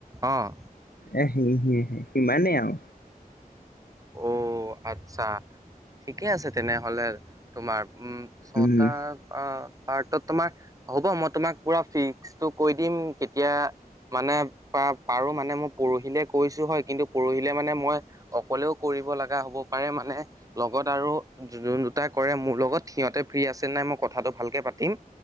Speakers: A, on the right; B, on the left.
A: অ',
B: এ হি-হি-হি সিমানেই আউ
A: অ', আচ্ছা ঠিকে আছে তেনেহলে তোমাৰ উম, ছটা
B: উম
A: আ পাৰ্টত তোমাৰ, হ'ব মই তোমাক পুৰা ফিস্কটো কৈ দিম কেতিয়া মানে পা-পাৰো মানে মই পৰহিলে কৈছো হয়, কিন্তু পৰহিলে মানে মই অ কলেও কৰিব লগা হ'ব পাৰে, মানে লগত আৰু যোন দুটা কৰে মোৰ লগত সিহঁতে ফ্ৰী আ আছে নে নাই মই কথাটো ভালকে পাতিম,